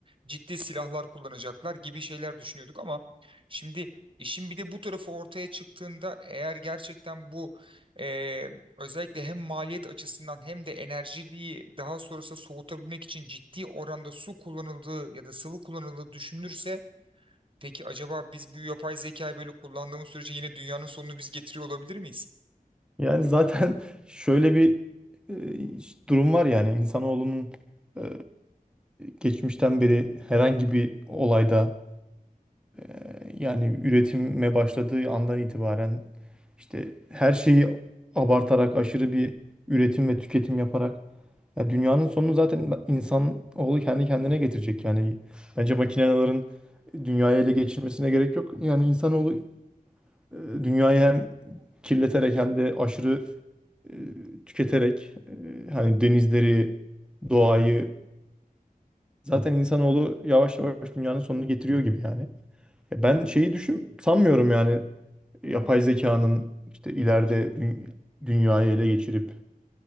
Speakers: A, on the right (about 35°); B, in the centre.
A: Ciddi silahlar kullanacaklar gibi şeyler düşünüyorduk ama şimdi İşin bir de bu tarafı ortaya çıktığında eğer gerçekten bu eee, özellikle hem maliyet açısından hem de enerjiliği daha sonrası soğutabilmek için ciddi oranda su kullanıldığı ya da sıvı kullanıldığı düşünülürse peki acaba biz bu yapay zekayı böyle kullandığımız sürece yine dünyanın sonunu biz getiriyor olabilir miyiz?
B: Yani zaten <laughs> şöyle bir e, durum var yani insanoğlunun e, geçmişten beri herhangi bir olayda e, yani üretime başladığı andan itibaren işte her şeyi abartarak aşırı bir üretim ve tüketim yaparak ya dünyanın sonunu zaten insanoğlu kendi kendine getirecek yani bence makinelerin dünyayı ele geçirmesine gerek yok. Yani insanoğlu E, Dünyayı hem kirleterek hem de aşırı e, tüketerek e, hani denizleri, doğayı zaten insanoğlu yavaş yavaş dünyanın sonunu getiriyor gibi yani. Ya ben şeyi düşün sanmıyorum yani yapay zekanın işte ileride dü- dünyayı ele geçirip